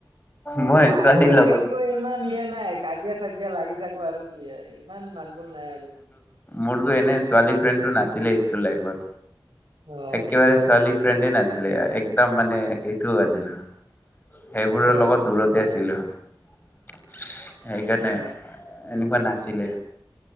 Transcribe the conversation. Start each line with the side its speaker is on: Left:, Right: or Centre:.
Left: মই ছোৱালীৰ
Right: আছিল
Left: লগত
Right: কিন্তু ইমান ইয়ে নাই, কাজিয়া- চাজিয়া লাগি থাকোঁ আৰু কি আৰু ইমান মাত বোল নাই আৰু,
Left: মোৰটো এনে ছোৱালী ফ্ৰেণ্ডটো নাছিলে স্কুল লাইফত
Right: অ',
Left: একেবাৰে ছোৱালী ফ্ৰেণ্ডে নাছিলে একদম মানে সেইটোও আছিল। সেইবোৰৰ
Right: অ',
Left: লগত দূৰত তে আছিলো। সেইকাৰণে,
Right: অ',
Left: এনেকুৱা নাছিলে।